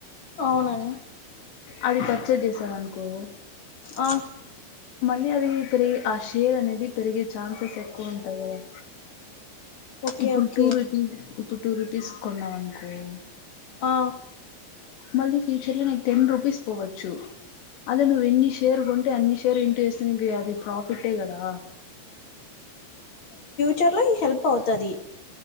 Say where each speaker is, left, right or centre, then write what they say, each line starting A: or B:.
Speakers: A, on the left (about 35°); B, on the left (about 70°).
A: అవునండి
B: అది పర్చేజ్ జేసావ్ అన్కో
A: ఆ
B: మళ్ళీ అదీ పెరిగి ఆ షేర్ అనేది పెరిగే ఛాన్సెస్ ఎక్కువ ఉంటాయి కదా
A: ఓకే
B: ఇప్పుడు
A: ఓకే
B: టూ రూపీస్ ఇప్పుడు టూ రూపీస్ కొన్నాం అన్కో కో
A: ఆ
B: మళ్ళీ ఫ్యూచర్ లో నిక్ టెన్ రూపీస్ పోవచ్చు అదే నువ్వు ఎన్ని షేర్ కొంటే అన్ని షేర్ ఇన్టు ఏస్తే నీకీ అది ప్రాఫిట్టే గదా
A: చర్ లో ఈ హెల్ప్ అవుతది